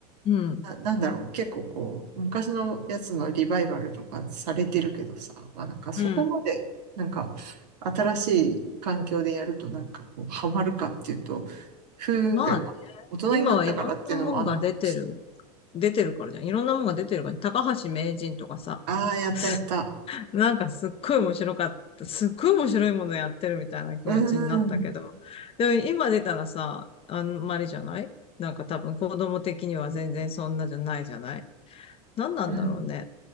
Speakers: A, on the left; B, on the right.
A: うん。
B: う、な、なんだろう、結構こう、昔のやつのリバイバルとかされてるけどさ、まあなんかそこまで、
A: うん。
B: なんか、新しい環境でやるとなんかこう、ハマるかっていうと、ふーんぐらい、
A: まあ、
B: まあ大人になったからっていうのもあんのかもしれ
A: 今はいろんなもんが出てる。出てるからじゃん。いろんなもんが出てるからね。高橋名人とかさ、
B: ない。ああ、
A: <laughs>
B: やったやった。
A: なんかすっごい面白かった。すっごい面白いものやってるみたいな気持ちになったけど。
B: うん、
A: でも今出たらさ、あんまりじゃないなんか多分子供的には全然そんなじゃないじゃない何なんだろうね。
B: うん。